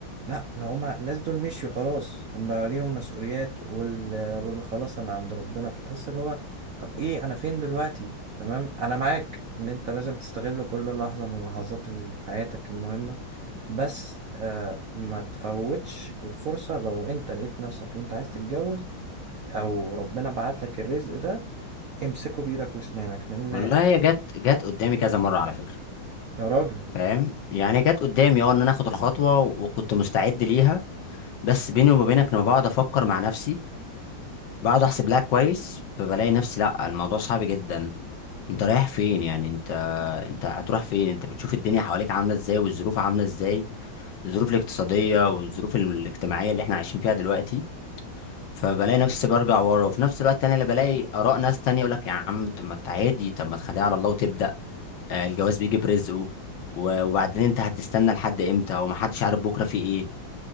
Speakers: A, on the right (about 70°); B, on the left (about 65°).
A: لا لو هما الناس دول مشيوا خلاص هما ليهم مسؤوليات وال... واللي خلاص اللي عند ربنا فتحس اللي هو طب ايه انا فين دلوقتي تمام انا معاك ان انت لازم تستغل كل لحظة من اللحظات اللي في حياتك المهمة بس آه ما تفوتش الفرصة لو انت لقيت نفسك إن انت عايز تتجوز او ربنا بعت لك الرزق ده امسكه بايدك واسنانك لان
B: والله هي جت جت قدامي كذا مرة على فكرة
A: يا راجل
B: فاهم يعني جت قدامي اه ان انا اخد الخطوة وكنت مستعد ليها بس بيني وما بينك لما بقعد افكر مع نفسي بقعد احسب لها كويس فبلاقي نفسي لا الموضوع صعب جدا انت رايح فين يعني انت انت هتروح فين انت بتشوف الدنيا حواليك عاملة ازاي والظروف عاملة ازاي الظروف الاقتصادية والظروف الاجتماعية اللي احنا عايشين فيها دلوقتي فبلاقي نفسي برجع ورا وفي نفس الوقت انا اللي بلاقي اراء ناس تانية يقول لك يا عم طب ما انت عادي طب ما تخليها على الله وتبدا آه، الجواز بيجي برزقه و- وبعدين انت هتستنى لحد امتى ومحدش عارف بكره في ايه